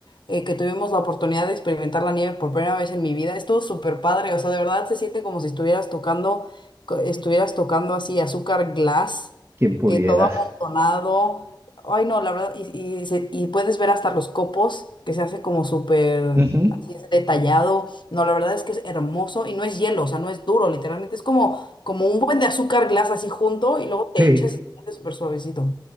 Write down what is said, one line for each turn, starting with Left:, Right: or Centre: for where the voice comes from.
Left: eh, que tuvimos la oportunidad de experimentar la nieve por primera vez en mi vida. Estuvo súper padre, o sea, de verdad se siente como si estuvieras tocando, co- estuvieras tocando así azúcar glass,
Right: Quien pudiera.
Left: eh, todo amontonado. Ay, no, la verdad, y, y, se- y puedes ver hasta los copos, que se hace como súper
Right: <laughs> Ujú,
Left: así detallado. No, la verdad es que es hermoso y no es hielo, o sea, no es duro, literalmente es como como un buen de azúcar glass así junto y luego
Right: Sí.
Left: te echas y te hace súper suavecito.